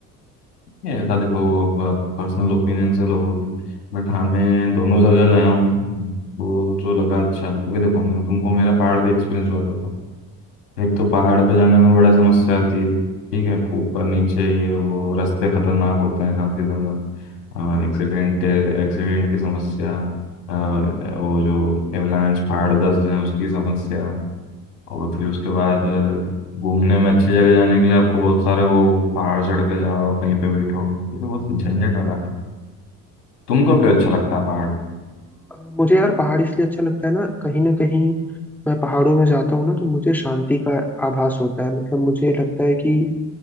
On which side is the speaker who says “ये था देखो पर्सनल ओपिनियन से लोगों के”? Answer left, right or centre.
Left